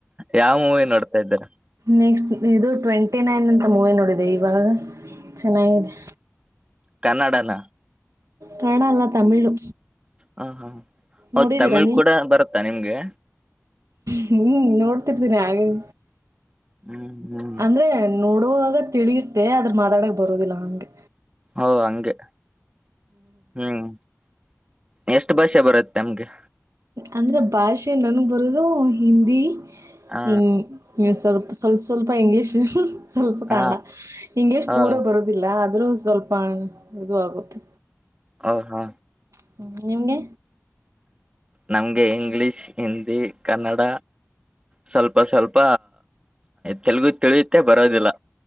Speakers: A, on the right; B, on the right.
A: ಯಾವ ಮೂವಿ ನೋಡ್ತಾ ಇದ್ದಾರೆ
B: ನೆಕ್ಸ್ಟ್ ಇದು ಟ್ವೆಂಟಿ ನೈನ್ ಅಂತ ಮೂವಿ ನೋಡಿದೆ ಇವಾಗ ಚೆನ್ನಾಗಿದೆ
A: ಕನ್ನಡನ
B: ಕನ್ನಡ ಅಲ್ಲಾ ತಮಿಳು
A: ಹಾ ಹಾ ಹೌದ
B: ನೋಡಿದ್ದೀರಾ
A: ತಮಿಳ್ ಕೂಡ ಬರುತ್ತಾ ನಿಮ್ಗೆ
B: ಹ್ಮ್ ನೋಡ್ತಿರ್ತೀನಿ ಆಗಾಗ
A: ಹ್ಮ್ ಹ್ಮ್
B: ಅಂದ್ರೆ ನೋಡ್ ಕೊಡುವಾಗ ತಿಳಿಯುತ್ತೆ ಆದದ್ರ ಮಾತಾಡಕ್ ಬರುದಿಲ್ಲ ಹಂಗೆ
A: ಓ ಹಂಗೆ ಹ್ಮ್ <inaudible> ಎಷ್ಟ್ ಭಾಷೆ ಬರುತ್ತೆ ನಮ್ಗೆ
B: ಅಂದ್ರೆ ಭಾಷೆ ನನ್ಗ್ ಬರೋದು ಹಿಂದಿ
A: ಹ
B: <unintelligible> ಸ್ವಲ್ಪ ಸ್ವಲ್ಪ ಇಂಗ್ಲೀಷ್. ಸ್ವಲ್ಪ ಕಾಣ
A: ಹ
B: ಇಂಗ್ಲಿೀಷ್
A: ಹ
B: ಪೂರ್ವ ಬರುದಿಲ್ಲ. ಅರೂ ಸ್ವಲ್ಪ ಇದು ಆಗುತ್ತೆ.
A: ಓ ಹಾ.
B: ಹ ನಿಮಗೆ.
A: ನಮ್ಗೆ ಇಂಗ್ಲಿಷ್ ಹಿಂದಿ ಕನ್ನಡ ಸ್ವಲ್ಪ ಸ್ವಲ್ಪ ತೆಲುಗು ತಿಳಿಯುತ್ತೆ ಬರೋದಿಲ್ಲ.